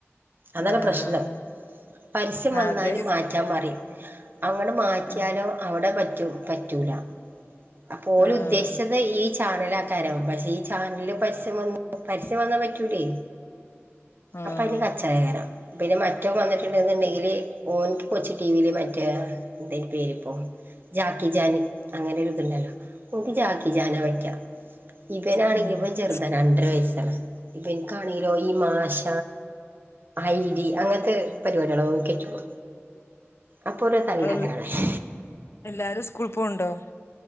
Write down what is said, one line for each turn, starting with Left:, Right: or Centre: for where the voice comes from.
Right: അതാണ്
Left: ആഹ്
Right: പ്രശ്നം പരസ്യം വന്നാല്
Left: അതെ
Right: മാ റ്റാൻ പറിം അങ്ങട് മാറ്റിയാലോ
Left: ആഹ്
Right: ഔടെ പറ്റും പറ്റൂല. അപ്പോ ഓല്
Left: ആഹ്
Right: ഉദ്ദേശിച്ചത് ഈ ചാനലാക്കാരം പക്ഷേ ഈ ചാനലില് പരസ്യംവന്നു പരസ്യംവന്നാ പറ്റൂലേയ്.
Left: ആഹ്
Right: അപ്പയ്ന് കച്ച റെകാരം പിന്നെ മറ്റോന് വന്ന്ട്ട്ണ്ട്ന്ന് ണ്ടെങ്കില് ഓൻക്ക് കൊച്ച് ടീ വീല് മറ്റേ എന്തായ്നി പേരിപ്പോ ജാക്കി ജാൻ അങ്ങനൊരു ഇത്ണ്ടല്ലോ. ഓന്ക്ക് ജാക്കിജാനാ പറ്റാ ഇവനാണെങ്കിൽ
Left: ഉം
Right: ഇവൻ ചെർ ത രണ്ട്രര വയസ്സാണ് ഇവൻക്കാണെങ്കിലോ ഈ മാഷ ഐഡി അങ്ങൻത്തെ പരിപാടികളെ ഓൻക്ക് പറ്റൊള്ളു അപ്പോരു തല്ലാക്കരം
Left: ആഹ്
Right: ഔടെ.
Left: എല്ലാരും സ്കൂൾ പോവ്ണ്ടോ?